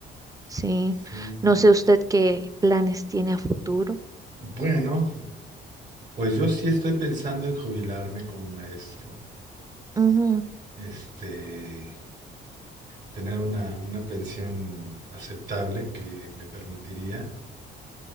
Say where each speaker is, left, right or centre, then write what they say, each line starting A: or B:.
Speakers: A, on the right (about 15°); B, on the right (about 60°).
A: Sí,
B: Sí.
A: no sé usted qué planes tiene a futuro.
B: Bueno. Pues yo sí estoy pensando en jubilarme como maestro,
A: Ujú,
B: este, tener una, una pensión aceptable que me permitiría,